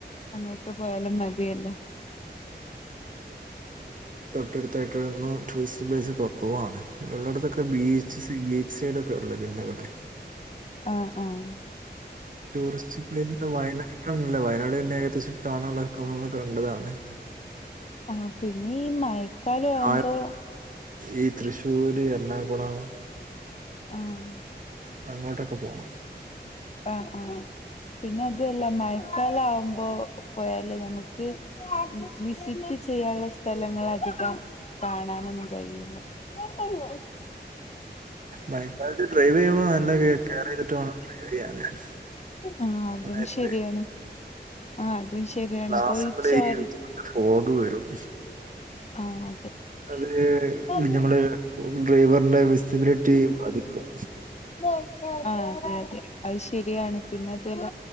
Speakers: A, on the left; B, on the right.
A: അങ്ങോട്ട് പോയാലും മതിയല്ലോ.
B: ന്താറിയോ അമ്മളെ ഈ ഏരിയയില് തൊട്ടടുത്തായിട്ടൊന്നും ടൂറിസ്റ്റ് പ്ലേസ് കൊറ പോവാണ്, ഉള്ളടത്തൊക്കെ ബീച്ച് സി ബീച്ച് സൈഡൊക്കെള്ളത് പിന്നെ വടെ.
A: ആഹ്, ആഹ്.
B: ടൂറിസ്റ്റ് പ്ലേസ് വയനാടൊന്നല്ല, വയനാട് പിന്നെ ഏകദേശം കാണാനുള്ളത് ഒക്കെ നമ്മള് കണ്ടതാണ്.
A: ആഹ് പിന്നെ ഈ മഴക്കാല ആവുമ്പോ
B: ആ- ഈ തൃശ്ശൂര്, എർണാകുളം.
A: ആഹ്
B: അങ്ങോട്ടൊക്കെ പോണം.
A: ആഹ് ആഹ് പിന്നെ അതുമല്ല മഴക്കാലം ആവുമ്പോ പോയാൽ നമുക്ക്. വിസിറ്റ് ചെയ്യാനുള്ള സ്ഥലങ്ങൾ അധികം കാണാനൊന്നും കഴിയില്ല. <unintelligible>
B: മഴക്കാലത്ത് ഡ്രൈവ് ചെയ്യു ആഹ് നല്ല കെയർ ചെയ്തിട്ട് വേണം
A: ആഹ് അതും
B: മഴയത്ത്
A: ശരിയാണ് ആഹ് അതും ശരിയാണ്
B: ഗ്ലാസ്സ്‌മ്മെല്
A: ഇപ്പൊ ഈ ചോര
B: ഏരിയെല് ഫോഗ് വരും.
A: ആഹ്
B: അത്
A: അതെ
B: ഞമ്മള്. ഒരു ഡ്രൈവറിന്റെ വിസിലിബിറ്റിയേ ബാധിക്കും.
A: ആ അതെ അതെ അത് ശെരിയാണ് പിന്നെ അതു അല്ല.